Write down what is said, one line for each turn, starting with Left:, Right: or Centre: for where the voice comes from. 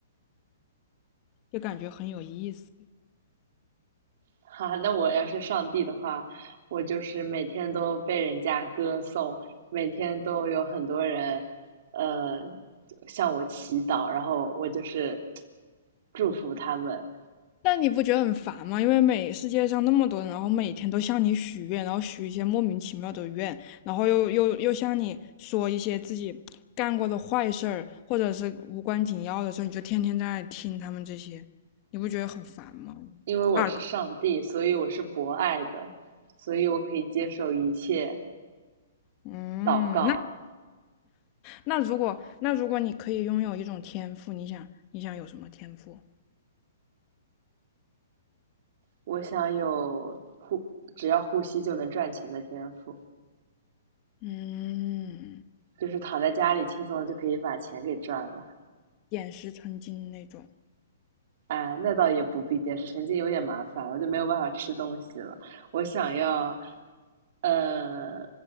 Left: 就感觉很有意思。
Right: 哈，那我要是上帝的话，我就是每天都被人家歌颂，每天都有很多人，呃，向我祈祷，然后我就是 <tsk> 祝福他们，
Left: 但你不觉得很烦吗？因为每世界上那么多人，然后每天都向你许愿，然后许一些莫名其妙的愿，然后又又又向你说一些自己干过的坏事儿，或者是无关紧要的事你就天天在听他们这些，你不觉得很烦吗？
Right: 因为我是上帝，
Left: 二，
Right: 所以我是博爱的，所以我可以接受一切
Left: 嗯，
Right: 祷告。
Left: 那那如果那如果你可以拥有一种天赋，你想你想有什么天赋？
Right: 我想有呼，只要呼吸就能赚钱的天赋，
Left: 嗯，
Right: 就是躺在家里轻松地就可以把钱给赚了。
Left: 点石成金那种。
Right: 啊，那倒也不必，点石成金有点麻烦，我就没有办法吃东西了。我想要，呃，